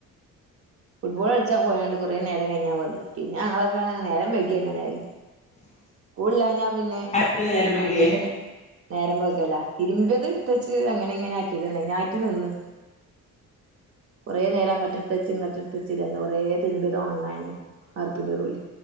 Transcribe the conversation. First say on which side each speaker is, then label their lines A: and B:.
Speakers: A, on the right; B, on the left.
A: ഫുട്ബോള് കളിച്ചാ പോയാണ്ട് കൊറേ നേരം കഴിഞ്ഞാ വന്നത് പിന്നെ അങ്ങളൊക്ക <unintelligible> നേരം വൈകി എങ്ങനായി സ്കൂളില്ലാഞ്ഞാ പിന്നെ
B: അടുത്ത നേരം വൈകിയേ
A: അധിക നേ നേരം വെളുക്കലാ. തിരുമ്പിയത് എടുത്തച്ച് അങ്ങനെ ഇങ്ങനെ ആക്കിയത് അയ്നായിട്ട് നിന്ന്, കൊറേ നേരം അങ്ങട്ട്ട്ത്തെച്ച് ഇങ്ങട്ടെടുത്തച്ച് <unintelligible> കൊറേ തിര്മ്പിത് ഓണങ്ങനെയ് വാർപ്പിന്റെ <unintelligible>